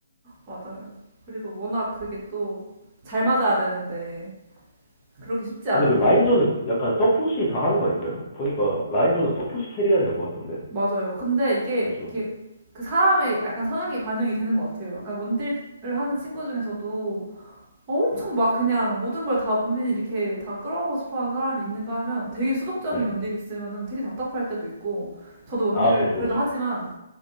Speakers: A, on the right; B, on the left.
A: 맞아요. 그리고 워낙 그게 또 잘 맞아야 되는데 그러기 쉽지
B: 아,
A: 않으니.
B: 근데 그 라인전은 약간 서폿이 다 하는 거 아닌가요? 보니까 라인전은 서폿이 캐리해야 되는 것 같던데.
A: 맞아요. 근데 이게
B: 그렇죠.
A: 이게 그 사람의 약간 성향이 반영이 되는 것 같아요. 약간 원딜을 하는 친구 중에서도 엄청 막 그냥 모든 걸 다 본인이 이렇게 다 끌어가고 싶어 하는 사람이 있는가 하면 되게 수동적인
B: 네.
A: 원딜이 있으면은 되게 답답할 때도 있고 저도 원딜을
B: 아, 그렇죠,
A: 그래도
B: 그렇죠.
A: 하지만